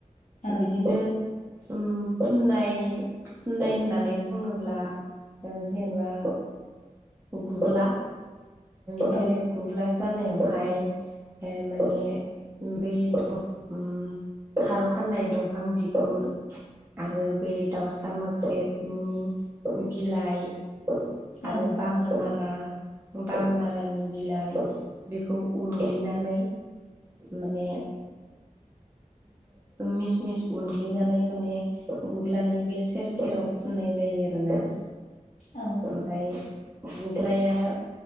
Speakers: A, on the left; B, on the right.
A: औ
B: बिदिनो ओम फुननाय फुननाय होननानै बुङोब्ला जेनेबा गुग्ला बे
A: औ
B: गुग्ला जानायावहाय माने बै औ उम खारौ खान्दाय दंफां बिगुर आरो बे दाउसा मोख्रेबनि बिलाइ
A: औ
B: आरो बामोन नारा बामोन नारानि बिलाइ बेखौ उनग्लिनानै माने मिस मिस उनग्लिनानै माने गुग्लानि बे सेर सेराव फुननाय जायो आरोना
A: औ
B: ओमफ्राय गुग्लाया